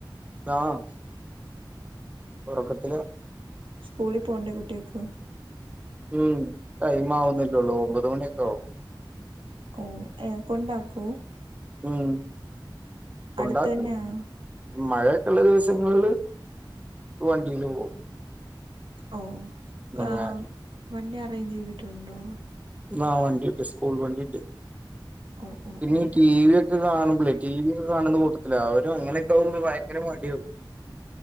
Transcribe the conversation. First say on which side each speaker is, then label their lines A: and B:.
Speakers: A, on the right; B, on the right.
A: ആഹ് ഒറക്കത്തിലാ
B: സ്കൂളി പോണ്ടേ കുട്ടിയേക്ക്
A: ഉം ടൈം ആവുന്നല്ലേയുള്ളൂ ഒമ്പത് മണിയൊക്കെ ആവും
B: ഓഹ് ഏഹ് കൊണ്ടാക്കോ?
A: ഉം കൊണ്ടാക്കും
B: അടുത്ത് തന്നെയാണോ
A: മഴയെക്കെയ്ള്ള ദിവസങ്ങളില് വണ്ടീല് പോവും.
B: ഓഹ്
A: അങ്ങനെ
B: ഏഹ് വണ്ടി അറേയിഞ്ച് ചെയ്തിട്ടൊണ്ടോ?
A: ആഹ് വണ്ടിയിണ്ട് സ്കൂൾ വണ്ടിണ്ട്
B: ഓ ഓ
A: പിന്നെ
B: ഓ
A: ടി വി യെ കാണ് മ്പളെ ടിവി ഒക്കെ കാണുന്ന കൂട്ടത്തിലാ അവര് അങ്ങനെയൊക്കെ ആവുമ്പളെ ഭയങ്കര മടിയാവും